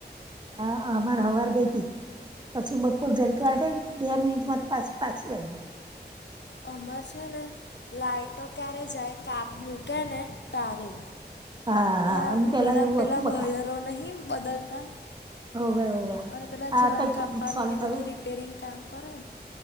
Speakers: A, on the right; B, on the left.
A: હા અમાર હવાર ગઈ હતી પછી બપોર જરીકાઈ.
B: ના
A: બે મિટમાં પાછી પાછી લાગી.
B: અમર છે ને લાઈટો ક્યારે જાય કાપ મૂકે ને તારે.
A: હા
B: ત્યાં
A: હા એ
B: ઉનાળા
A: એવું
B: પેલા
A: હતું બકા
B: વયરો નહીં બદલતા.
A: હોવે હોવે
B: અને પેલા
A: આ
B: જળ
A: કઈક
B: કાપવાનું
A: નુકસાન
B: ને
A: થયું
B: બધું રિપેરિંગ કામ કરે.